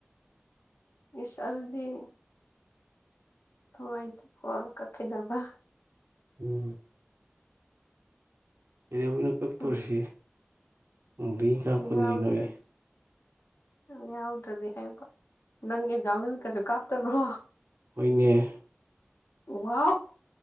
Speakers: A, on the left; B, on the right.
A: ꯏꯁ ꯑꯗꯨꯗꯤ ꯊꯨꯡ ꯑꯩꯥꯏ ꯊ ꯐꯔ ꯀꯛꯈꯤꯗꯕ
B: ꯎꯝ ꯀꯩꯗ ꯑꯣꯏꯅ ꯀꯛꯇꯣꯔꯤꯁꯤ
A: ꯎꯝ
B: ꯅꯨꯡꯗꯤꯒꯤ ꯀꯛꯄꯅꯤ
A: ꯌꯥꯎꯗ꯭ꯔꯗꯤ
B: ꯅꯣꯏ
A: ꯌꯥꯎꯗ꯭ꯔꯗꯤ ꯍꯥꯏꯕ ꯅꯪꯒꯤꯖꯝ ꯅꯨꯃꯤ ꯀꯩꯁꯨ ꯀꯥꯞꯇꯕ꯭ꯔꯣ
B: ꯍꯣꯏꯅꯦ
A: ꯋꯥꯎ